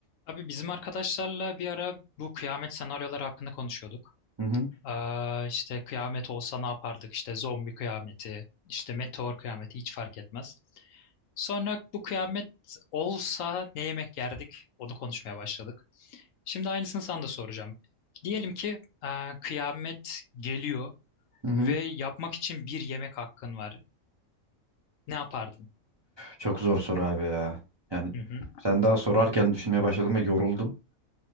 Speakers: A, on the left; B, on the right.
A: Abi bizim arkadaşlarla bir ara bu kıyamet senaryoları hakkında konuşuyorduk.
B: Hı hı,
A: Ee, işte kıyamet olsa ne yapardık? İşte zombi kıyameti, işte meteor kıyameti hiç fark etmez. Sonra bu kıyamet olsa ne yemek yerdik? Onu konuşmaya başladık. Şimdi aynısını sana da soracağım. Diyelim ki e, kıyamet geliyor
B: hı hı.
A: ve yapmak için bir yemek hakkın var. Ne yapardın?
B: Çok zor soru abi ya. Yani
A: Hı hı.
B: sen daha sorarken düşünmeye başladım ve yoruldum.